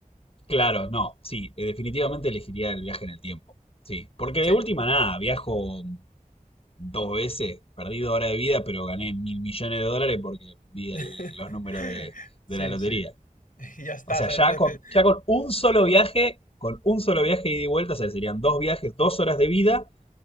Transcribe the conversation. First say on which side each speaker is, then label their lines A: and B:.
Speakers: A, on the left (about 45°); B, on the left (about 70°).
A: Claro, no, sí, eh, definitivamente elegiría el viaje en el tiempo. Sí, porque
B: ¿Sí?
A: de última nada, viajo dos veces, perdí dos horas de vida, pero gané mil millones de dólares porque vi
B: <laughs>
A: el- los números de,
B: Sí,
A: de la lotería.
B: sí. <laughs> Y ya está,
A: O sea,
B: ¿sabes?
A: ya
B: No neces-
A: con, ya con un solo viaje, con un solo viaje ida y vuelta, o sea, serían dos viajes, dos horas de vida